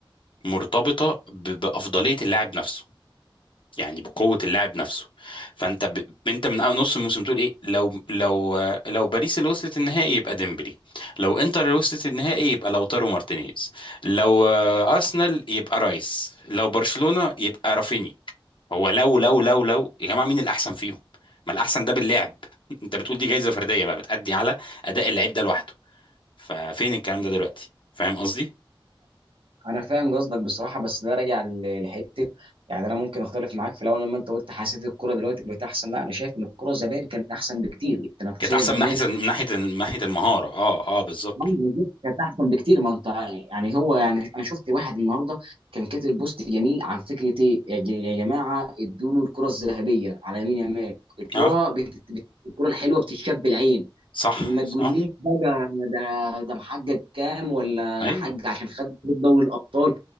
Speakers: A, on the left; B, on the right.
A: مرتبطه ب- بافضليه اللاعب نفسه يعني بقوه اللاعب نفسه فانت ب... انت من أول نص الموسم تقول ايه لو لو لو باريس اللي وصلت النهائي يبقى ديمبلي لو انتر اللي وصلت النهائي يبقى لوتارو مارتينيز لو آه، ارسنال يبقى رايس لو برشلونه يبقى رافيني هو لو لو لو لو يا جماعه مين الاحسن فيهم ما الاحسن ده باللعب <laughs> انت بتقول دي جايزه فرديه بقى بتأدي على اداء اللعيب ده لوحده ففين الكلام ده دلوقتي فاهم قصدي
B: انا فاهم قصدك بصراحه بس ده راجع ل- لحته يعني انا ممكن اختلف معاك في الاول لما انت قلت حسيت الكوره دلوقتي بقت احسن لا انا شايف ان الكوره زمان كانت احسن بكتير التنافسيه
A: كانت احسن
B: زمان
A: من ناحيه من ناحيه من ناحيه المهاره اه اه بالظبط
B: بالظبط كانت احسن بكتير ما انت يعني هو يعني انا شفت واحد النهارده كان كاتب بوست جميل عن فكره ايه يا ج- يا جماعه ادوا له الكره الذهبيه على يمين يمال الكره
A: اه
B: بت... بت... الكره الحلوه بتتشاب العين
A: صح
B: ما
A: صح
B: تقوليش بقى ده ده محقق كام ولا
A: ايوه
B: حق عشان خد بطولة دوري الابطال